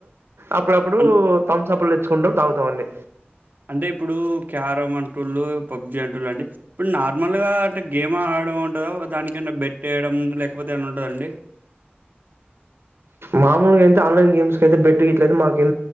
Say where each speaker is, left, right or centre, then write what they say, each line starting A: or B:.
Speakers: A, on the right; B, on the right.
A: అప్పుడప్పుడు
B: అం
A: తంసప్పులు తెచ్చుకుంటాం తాగుతామండి
B: అంటే ఇప్పుడు క్యారం అంటుళ్ళు పబ్జి అంటుళ్ళు అండి ఇప్పుడు నా నార్మల్గా అంటే గేమ్ ఆడడం ఉంటుందో దానికన్నా బెట్ వేయడం లేకపోతే ఏమన్న ఉంటదండి.
A: మామూలుగా ఎతే ఆన్లైన్ గేమ్స్ తే బెట్టు గ ఇట్లేదు మాకు